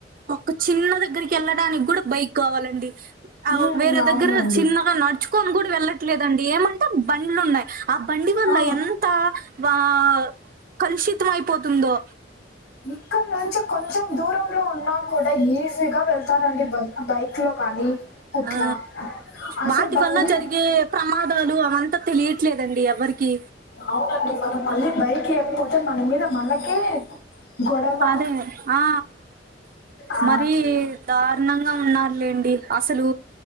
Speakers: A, on the right; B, on the left.
A: ఒక్క చిన్న దగ్గరికి వెళ్ళడానికి కూడా బైక్ కావాలండి ఆ
B: హ్మ్.
A: వేరే
B: అవునండి.
A: దగ్గర చిన్నగా నడుచు కొని కూడా వెళ్ళట్లేదండి ఏమంటే బండ్లు ఉన్నాయి ఆ బండి వల్ల
B: ఆ!
A: ఎంత వా కలుషితం అయిపోతుందో
B: ఇక్కడనే నుంచి కొంచెం దూరంలో ఉన్నా కూడా ఈజీగా వెళ్తారండి బైక్ లో గానీ అట్లా.
A: ఆ
B: అసలు
A: వాటి
B: బండి
A: వల్ల జరిగే ప్రమాదాలు అవంతా తెలియట్లేదండి ఎవ్వరికి
B: అవునండి మనం మళ్ళీ బైకి ఇయకపోతే మన మీద మనకే గొడవ
A: అదే ఆ
B: ఆ
A: మరీ దారు ణంగా ఉన్నారులేండి అసలు